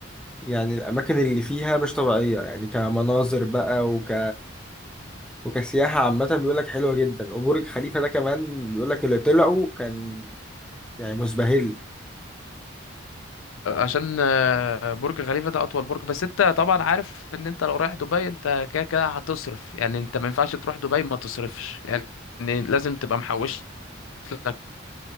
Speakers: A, in the centre; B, on the left (about 80°).
A: يعني الاماكن اللي فيها مش طبيعية يعني كمناظر بقى وك وكسياحة عامة بيقول لك حلوة جدا وبرج خليفة ده كمان بيقول لك اللي طلعوا كان يعني مزبهل
B: عشان آه، برج خليفة ده أطول برج بس أنت طبعا عارف إن أنت لو رايح دبي أنت كده كده هتصرف يعني أنت ما ينفعش تروح دبي ما تصرفش يعني لازم تبقى محوش لك